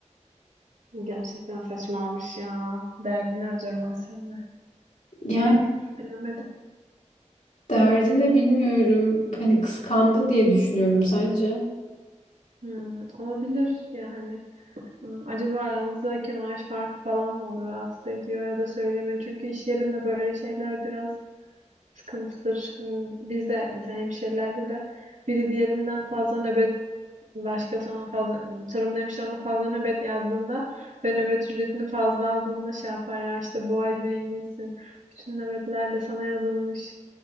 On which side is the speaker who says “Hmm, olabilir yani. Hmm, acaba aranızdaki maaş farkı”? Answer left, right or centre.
Right